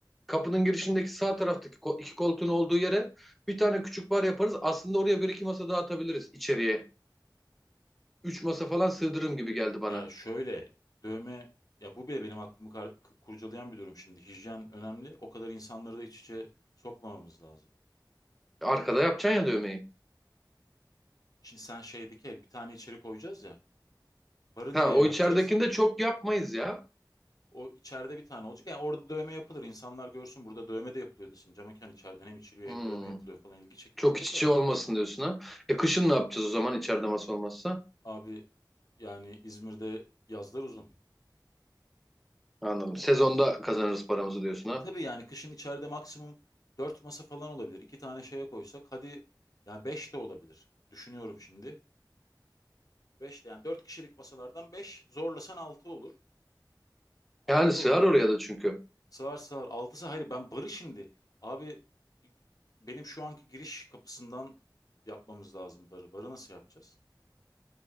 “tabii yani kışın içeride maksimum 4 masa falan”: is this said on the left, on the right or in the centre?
Left